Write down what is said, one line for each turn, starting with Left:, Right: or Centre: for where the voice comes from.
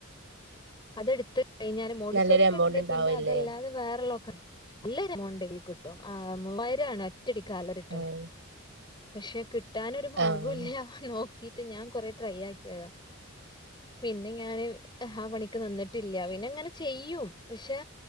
Left: അതെടുത്ത് കയ്ഞ്ഞാല് മോണ്ടിസോറിക്കെഇണ്ട്
Right: നല്ലൊരു എമൗണ്ട് ഉണ്ടാവല്ലേ
Left: പിനെ അതല്ലാതെ വേറെള്ളോക്കറി നല്ലരെമൗണ്ടെയ്ലികിട്ടും ആ ഒമ്പയ്രാണ് ഒറ്റടിക്കാൾടെ കിട്ടണേ
Right: ആഹ്
Left: പക്ഷെ കി ട്ടാനൊരു മാർഗൊല്ലഹ്
Right: ആഹ്
Left: ന്നോക്കിട്ട് ഞാൻ കൊറെ ട്രൈ ആക്ക്‌യെതാ പിനെ ഞാന് ഹ് ആ പണിക്ക് ന്നിന്നിട്ടില്ല പിനിങ്ങനെ ചെയ്യും പഷേ